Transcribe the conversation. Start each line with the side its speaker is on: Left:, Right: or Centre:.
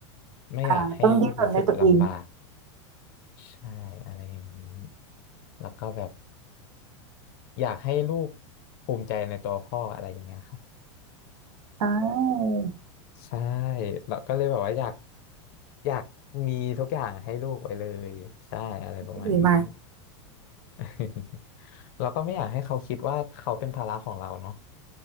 Left: ไม่อยากให้ลูกรู้สึกลำบาก
Right: อ่าต้องดิ้นรนด้วยตัวเอง
Left: ใช่อะไรอย่างนี้ แล้วก็แบบอยากให้ลูกภูมิใจในตัวพ่ออะไรอย่างเงี้ยครับ
Right: อ่า
Left: ใช่เราก็เลยแบบว่าอยากอยากมีทุกอย่างให้ลูกไปเลยใช่อะไรประมาณนี้
Right: ที่ดีมาก
Left: <laughs> เราก็ไม่อยากให้เขาคิดว่าเขาเป็นภาระของเราเนาะ